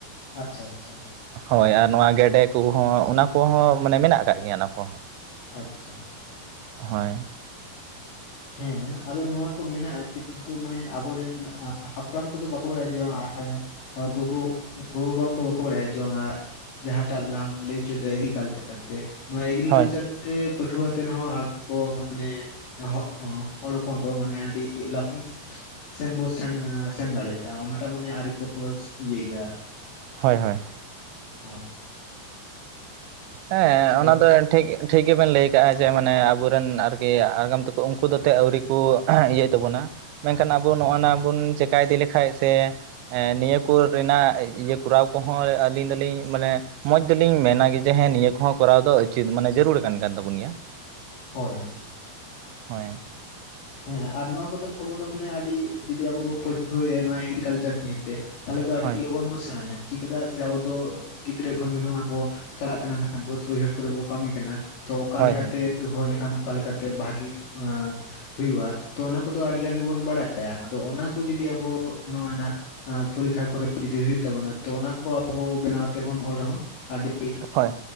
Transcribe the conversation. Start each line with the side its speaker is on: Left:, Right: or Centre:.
Left: ᱟᱪᱪᱷᱟ ᱟᱪᱪᱷᱟ
Right: ᱦᱳᱭ ᱟᱨ ᱱᱚᱣᱟ ᱜᱮᱰᱮ ᱠᱚᱦᱚᱸ ᱚᱱᱟ ᱠᱚᱦᱚᱸ ᱢᱟᱱᱮ ᱢᱮᱱᱟᱜ ᱠᱟᱜ ᱜᱮᱭᱟ ᱚᱱᱟ ᱠᱚᱦᱚᱸ
Left: ᱟᱪᱪᱷᱟ
Right: ᱦᱳᱭ
Left: ᱦᱮᱸ ᱟᱫᱚ ᱱᱚᱶᱟ ᱠᱚ ᱢᱮᱱᱟᱜᱼᱟ ᱠᱤᱱᱛᱩ ᱢᱟᱱᱮ ᱟᱵᱚᱨᱮᱱ ᱦᱟᱯᱲᱟᱢ ᱠᱚᱫᱚ ᱠᱩ ᱜᱚ ᱵᱟᱰᱟᱭᱟᱪᱷᱮ ᱵᱟᱸᱻᱟ ᱜᱚᱜᱚ ᱜᱳ ᱵᱟᱵᱟ ᱠᱚ ᱵᱟᱠᱚ ᱵᱟᱫᱟᱭᱟ ᱪᱷᱮ ᱵᱟᱝᱼᱟ ᱡᱟᱦᱟᱸᱴᱟᱜ ᱞᱟᱝ ᱞᱟᱹᱭ ᱦᱚᱪᱚᱭᱟ ᱮᱜᱨᱤᱠᱟᱞᱪᱟᱨ ᱛᱮ ᱱᱚᱣᱟ ᱮᱜᱽᱨᱤᱠᱟᱞᱪᱟᱨ
Right: ᱦᱳᱭ
Left: ᱛᱮ ᱯᱟᱹᱴᱷᱩᱣᱟᱹ ᱟᱛᱮᱜ ᱨᱮ ᱦᱚᱸ ᱟᱨ ᱠᱚ ᱢᱟᱱᱮ ᱮᱦᱚᱵᱽ ᱦᱚᱲ ᱦᱚᱯᱚᱱ ᱠᱚ ᱢᱟᱱᱮ ᱟᱹᱰᱤ ᱞᱟᱯᱷᱟᱝ ᱥᱮᱱ ᱵᱚᱱ ᱥᱮᱱ ᱥᱮᱱ ᱫᱟᱲᱮᱭᱟᱜᱼᱟ ᱚᱱᱟᱴᱟᱜ ᱢᱟᱱᱮ ᱟᱹᱣᱨᱤ ᱠᱚ ᱤᱭᱟᱹ ᱜᱮᱭᱟ
Right: ᱦᱳᱭ ᱦᱳᱭ
Left: ᱦᱳᱭ
Right: ᱦᱮᱸ
Left: ᱟᱫᱚ
Right: ᱚᱱᱟ ᱫᱚ ᱴᱷᱤᱠ ᱴᱷᱤᱠ ᱜᱮᱵᱮᱱ ᱞᱟᱹᱭ ᱟᱠᱟᱫᱼᱟ ᱡᱮ ᱢᱟᱱᱮ ᱟᱵᱚᱨᱮᱱ ᱟᱨᱠᱤ ᱟᱸᱜᱟᱢ ᱛᱟᱠᱚ ᱩᱱᱠᱩ ᱫᱚᱛ ᱟᱹᱣᱨᱤ ᱠᱚ ᱤᱭᱟᱹᱭ ᱛᱟᱵᱚᱱᱟ ᱢᱮᱱᱠᱷᱟᱱ ᱟᱵᱚ ᱱᱚᱜᱼ ᱱᱟ ᱵᱚᱱ ᱪᱤᱠᱠᱟ ᱤᱫᱤ ᱞᱮᱠᱷᱟᱱ ᱥᱮ ᱱᱤᱭᱟᱹ ᱠᱚᱨᱮᱱᱟᱜ ᱤᱭᱟᱹ ᱠᱚᱨᱟᱣ ᱠᱚᱦᱚᱸ ᱟᱹᱞᱤᱧ ᱫᱚᱞᱤᱧ ᱢᱟᱱᱮ ᱢᱚᱡᱽ ᱫᱚᱞᱤᱧ ᱢᱮᱱᱟ ᱜᱮ ᱡᱮ ᱦᱮᱸ ᱱᱤᱭᱟᱹ ᱠᱚᱦᱚᱸ ᱠᱚᱨᱟᱣ ᱫᱚ ᱩᱪᱤᱛ ᱢᱟᱱᱮ ᱡᱟᱹᱨᱩᱲ ᱠᱟᱱ ᱛᱟᱵᱚᱱ ᱜᱮᱭᱟ
Left: ᱦᱳᱭ
Right: ᱦᱳᱭ
Left: ᱦᱮᱸ ᱟᱨ ᱱᱚᱣᱟ ᱠᱚᱫᱚ ᱟᱵᱚ ᱫᱚ ᱢᱟᱱᱮ ᱟᱹᱰᱤ ᱡᱩᱫᱤ ᱟᱵᱚ ᱵᱚ ᱯᱟᱹᱴᱷᱩᱣᱟᱹᱭᱟ ᱱᱚᱣᱟ ᱮᱜᱨᱤᱠᱟᱞᱪᱟᱨ ᱱᱤᱭᱟ. ᱛᱮ ᱛᱟᱦᱚᱞᱮ ᱟᱹᱰᱤ
Right: ᱦᱳᱭ
Left: ᱞᱚᱜᱚᱱ ᱵᱚᱱ ᱥᱮᱬᱟᱭᱟ ᱪᱤᱠᱮᱫᱟᱜ ᱥᱮ ᱟᱵᱚ ᱫᱚ ᱜᱤᱫᱽᱨᱟᱹ ᱠᱷᱚᱱ ᱜᱮ ᱱᱚᱜ ᱚᱭ ᱵᱚ ᱪᱟᱞᱟᱜ ᱠᱟᱱᱟ ᱵᱟᱹᱫ ᱵᱟᱹᱭᱦᱟᱹᱲ ᱠᱚᱨᱮ ᱵᱚ ᱠᱟᱹᱢᱤ ᱠᱟᱱᱟ ᱛᱚ ᱚᱠᱟᱞᱮ
Right: ᱦᱳᱭ
Left: ᱞᱮᱠᱟᱛᱮ
Right: ᱦᱳᱭ
Left: ᱨᱚᱦᱚᱭ ᱞᱮᱠᱷᱟᱱ ᱚᱠᱟ ᱞᱮᱠᱟᱛᱮ ᱵᱷᱟᱜᱤ ᱦᱩᱭᱩᱜᱭᱼᱟ ᱛᱚ ᱚᱱᱟ ᱠᱚᱫᱚ ᱟᱹᱰᱤ ᱜᱟᱱ ᱜᱮᱵᱚᱱ ᱵᱟᱲᱟᱭᱟ ᱟᱫᱚ ᱚᱱᱟ ᱠᱚ ᱡᱩᱫᱤ ᱟᱵᱚ ᱱᱚᱜ ᱚᱣ ᱱᱟᱜ ᱯᱚᱨᱤᱠᱠᱷᱟ ᱠᱚᱨᱮ ᱡᱩᱫᱤ ᱦᱩᱭᱩᱜ ᱛᱟᱵᱚᱱᱟ ᱛᱚ ᱚᱱᱟ ᱠᱚ ᱟᱵᱚ ᱵᱮᱱᱟᱣ ᱠᱟᱛᱮᱵᱚᱱ ᱚᱞ ᱨᱮᱦᱚᱸ ᱟᱹᱰᱤ
Right: ᱦᱳᱭ